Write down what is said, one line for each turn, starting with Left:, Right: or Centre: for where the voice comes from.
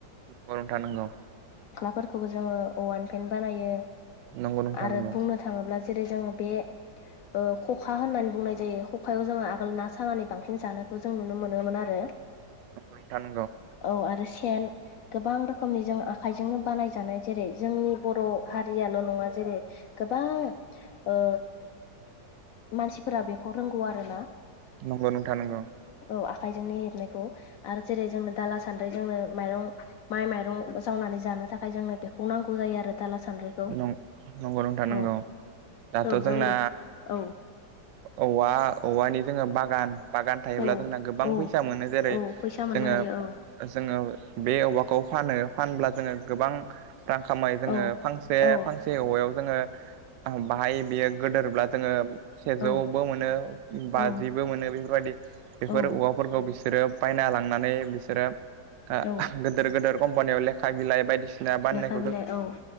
Right: नोंगौ नोंथां नोंगौ
Left: फोरखौबो जोंङो औवानिफ्रायनो बानयो
Right: नंगौ नोंथां
Left: आरो
Right: नंगौ
Left: बुंनो थाङोब्ला जेरै जोंङो बे ओ खखा होननानै बुंनाय जायो खखायाव जोंङो आगोल ना सानानै बांसिन जानायखौ जों नुनो मोनोमोन आरो
Right: नंगौ नोंथां नंगौ
Left: औ आरो सेन गोबां रोखनि आखजोंनो बानायजानाय जेरै जोंनि बर' हारियाल' नङा जेरै गोबां ओ मानसिफोरा बेखौ रोंगौ आरो ना
Right: नंगौ नोंथा नंगौ
Left: औ आखाइजोंनो हेबनायखौ आरो जेरै जोंनो दाला सानद्राय जोंनो माइरं माइ माइरं जावनानै जानो थाखाय जोंनो बे नांगौ जायो आरो दाला सान्द्रिखौ
Right: नंगौ नंगौ नोंथां नंगौ
Left: औ
Right: दाथ'
Left: औ जों
Right: जोंना
Left: बे औ
Right: औवा औवानि जोंङो बागान बागान थायोब्ला
Left: औ
Right: जोंना गोबां
Left: औ
Right: फैसा मोनो जेरै
Left: औ फैसा मोननो
Right: जोंङो
Left: हायो औ
Right: जोंङो बे औवाखौ फानो फानब्ला जोंङो गोबां रां खामाय जोंङो
Left: औ
Right: फांसे
Left: औ
Right: फांसे औवायाव जोंङो बाहाय बेयो गोदोरब्ला जोंङो सेजौबो
Left: औ
Right: मोनो बाजिबो
Left: औ
Right: मोनो बेफोरबायदि बेफोर
Left: औ
Right: औवाफोरखौ बि बिसोरो बायना लांनानै बिसोरो ओ
Left: औ
Right: गिदिर गिदिर कम्पानियाव लेखा बिलाइ बायदिसिना बानायनाय
Left: बिलइ औ